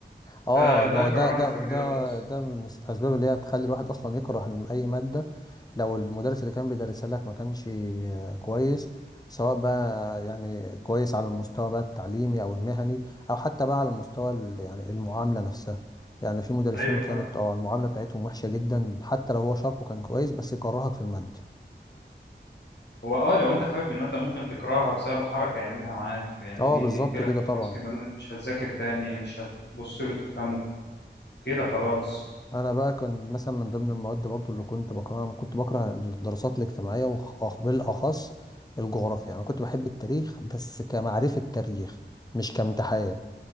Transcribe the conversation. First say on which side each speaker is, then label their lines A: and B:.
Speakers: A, on the left (about 20°); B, on the left (about 70°).
A: اه
B: فده
A: ما هو
B: كرهني
A: ده ده
B: في الرياضة
A: ده
B: أصلا
A: ده من الاسباب اللي هي تخلي الواحد اصلا يكره الم- اي ماده لو المدرس اللي كان بيدرسها لك ما كانش آه، كويس سواء بقى يعني كويس على المستوى بقى التعليمي او المهني او حتى بقى على المستوى ال- يعني المعامله نفسها يعني في مدرسين
B: أيوه
A: كانت
B: فاهم
A: اه المعامله بتاعتهم وحشه جدا حتى لو هو شرحه كان كويس بس يكرهك في الماده
B: هو أه لو أنت حابب المادة ممكن تكرهها بسبب حركة يعملها معاك يعني
A: اه
B: دي
A: بالظبط
B: تقفلك
A: كده طبعا
B: خلاص كده إن أنت مش هتذاكر تاني مش هتبص له تفهمه كده خلاص
A: انا بقى كان مثلا من ضمن المواد برضو اللي كنت بكرهها كنت بكره الدراسات الاجتماعيه وخ- بالاخص الجغرافيا انا كنت بحب التاريخ بس كمعرفه تاريخ مش كامتحان